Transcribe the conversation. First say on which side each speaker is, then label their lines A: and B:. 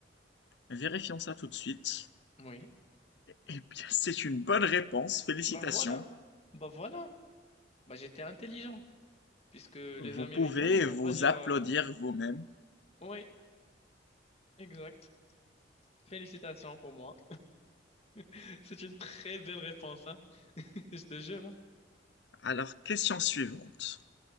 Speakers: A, on the left; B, on the left.
A: Vérifions ça tout de suite.
B: Oui.
A: Eh bien, c'est une bonne réponse. Félicitations.
B: Bah voilà. Bah voilà. Bah j'étais intelligent, puisque les
A: Vous
B: Américains,
A: pouvez
B: ils vont
A: vous
B: pas dire
A: applaudir
B: euh,
A: vous-même.
B: Oui, exact. Félicitations pour moi. <laughs> C'est une très belle réponse, hein. <laughs> Je te jure. hein.
A: Alors, question suivante.